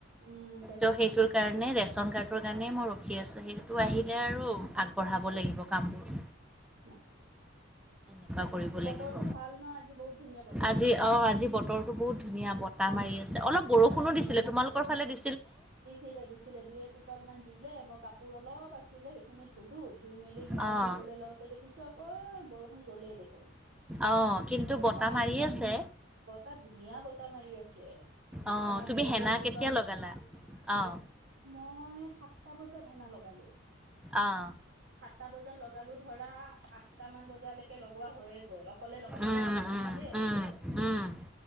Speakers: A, on the right; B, in the centre.
A: উম, তাকেতো
B: ত সেইটোৰ কাৰণে ৰেচন ৰেচন কাৰ্ডটোৰ কাৰণেই মই ৰখি আছোঁ সেইটো আহিলে আৰু আগবঢ়াব লাগিব কামবোৰ
A: অ,
B: অহ কৰিব
A: বতৰটো
B: লাগিব
A: ভাল ন' আজি বহুত ধুনীয়া বতৰ।
B: আজি অ আজি বতৰটো বহুত ধুনীয়া বতাহ মাৰি আছে অলপ বৰষুণো
A: বতাহ মাৰি
B: দিছিলে
A: আছে
B: তোমালোকৰ ফালে দি
A: দিছিলে দিছিলে দুই এটোপাল মান দিলে মই কাপোৰ অলপ আছিলে সেইখিনি ধুলো ধুই মেলি মেলিবলৈ
B: অঁ
A: লওঁতে দেখিছো আকৌ বৰষুণ গ'লেই দেখোন
B: অঁ কিন্তু
A: তাৰপিছত
B: বতাহ
A: মেলি
B: মাৰি
A: দিছো
B: আছে
A: বতাহ ধুনীয়া বতাহ মাৰি আছে
B: অঁ
A: আমাৰ
B: তুমি
A: বেলগছ
B: হেনা
A: জোপা
B: কেতিয়া
A: গো
B: লগালা অঁ
A: মই সাতটা বজাত সেনা লগালো
B: অহ
A: সাতটা বজাত লগ গালো ধৰা আঠটা মান বজালৈকে লগোৱা হৈয়ে গ'ল অকলে লগাইছো
B: উম
A: ন নিজে
B: উম
A: নিজে
B: উম উম